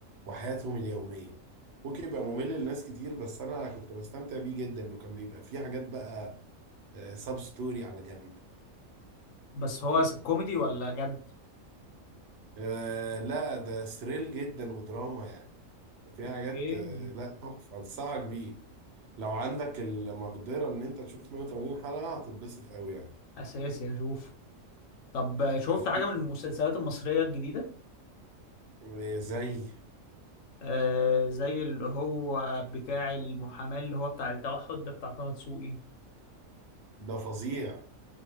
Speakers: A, on the right (about 60°); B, on the left (about 75°).
A: وحياتهم اليومية ممكن يبقى ممل لناس كتير بس أنا كنت بستمتع بيه جدا إنه كان بيبقى فيه حاجات بقى سب ستوري على جنب
B: بس هو س- كوميدي ولا جد
A: آه لا ده ثريل جدا ودراما يعني فيها
B: اوكي
A: حاجات آه لا تحفة أنصحك بيه لو عندك المقدرة إن أنت تشوف 180 حلقة هتتبسط أوي يعني
B: اساسي هشوف طب شفت
A: هتشوف
B: حاجة من المسلسلات المصرية الجديدة
A: آه، زي
B: آه زي اللي هو بتاع المحاماة اللي هو بتاع التوحد ده بتاع طه دسوقي
A: ده فظيع